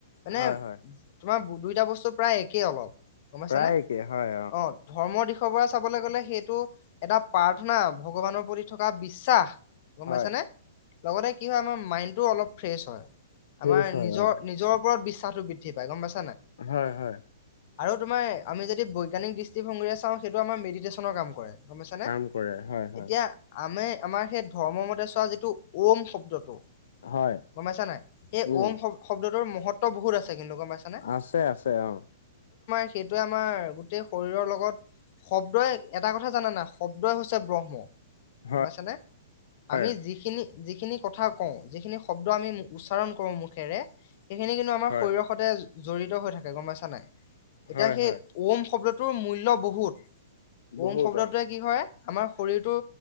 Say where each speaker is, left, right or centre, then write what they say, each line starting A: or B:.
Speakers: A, on the left; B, on the left.
A: মানে
B: হয় হয়
A: তোমাৰ দুইটা বস্তু প্ৰায় একেই অলপ গমপাইছানে
B: প্ৰায় একে হয়
A: অ ধৰ্মৰ দিশত চাবলৈ গলে সেইটো এটা প্ৰাৰ্থনা ভগৱানৰ প্ৰতি থকা বিশ্বাস গমপাইছানে
B: হয়।
A: লগতে কি হয় আমাৰ মাইন্দতোও অলপ ফেশ্চ হয়
B: ফ্ৰেছ
A: আমাৰ
B: হয়
A: নিজৰ
B: অ'।
A: নিজৰ ওপৰত বিশ্বাসো বৃদ্ধি পাই গম পাইছানে
B: হয়, হয়।
A: আৰু তোমাৰ আমি যদি বৈজ্ঞানিক দৃষ্টিভংগীৰে চাওঁ সেইটো আমাৰ মেডিটেশ্যনৰ কাম কৰে। গমাইছানে,
B: কাম কৰে হয় হয়।
A: এতিয়া আমি আমাৰ সেই ধৰ্ম মতে চোৱা যিটো ওম শব্দটো।
B: হয়
A: গমাইছা নাই, সেই
B: উম
A: ওম শব্দ, শব্দটোৰ মহত্ব বহুত আছে কিন্তু। গম পাইছানে?
B: আছে, আছে অ'।
A: সেইটোয়ে আমাৰ গোটেই শৰীৰৰ লগত শব্দই এটা কথা জানা নাই, শব্দই হৈছে ব্ৰহ্ম।
B: হয়
A: গম পাইছানে
B: হয়
A: আমি যিখিনি, যিখিনি কথা কওঁ, যিখিনি শব্দ আমি উচ্চাৰণ কৰো মুখেৰে, সেইখিনি কিন্তু আমাৰ
B: হয়
A: শৰীৰৰ সতে জড়িত হৈ থাকে, গম পাইছা, নাই। এতিয়া
B: হয়
A: সেই
B: হয়
A: ওম শব্দটোৰ মূল্য় বহুত
B: বহুত
A: ওম শব্দটোৱে
B: অ'।
A: কি কৰে আমাৰ শৰীৰটো